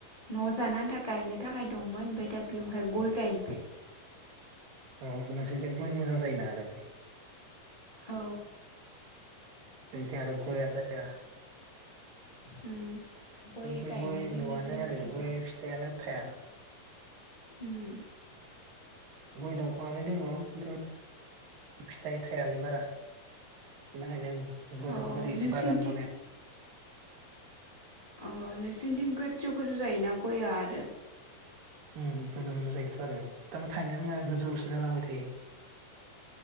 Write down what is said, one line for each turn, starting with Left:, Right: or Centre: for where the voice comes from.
Left: न'आव जानो आनथा गायनो थाखाय दंमोन ओमफाय दा बेवहाय गय गायबाय।
Right: अ नोंसोनिथिं गइ मोजां जायोना आरो?
Left: औ
Right: जोंथिं आरो गइया जाया।
Left: उम।
Right: जोंथिं
Left: गायना
Right: गय
Left: दोनदो
Right: नु'आनो
Left: जोंनिथिं
Right: आरो गय
Left: दा
Right: फिथाइानो थाया
Left: हम।
Right: गय दंफाङआालाय दङ खिन्थु फिथाइ थाइलाय बारा खाय गय
Left: औ
Right: दं
Left: नोंसिनिथि
Right: बागान बानाय
Left: अ नोंसोरनिथिं गोजौ गोजौ जायोना गयया आरो
Right: उ गोजौ गोजौ जायोथ' आरो थारमाने थायनो रोङा गोजौसो जालांबाय थायो।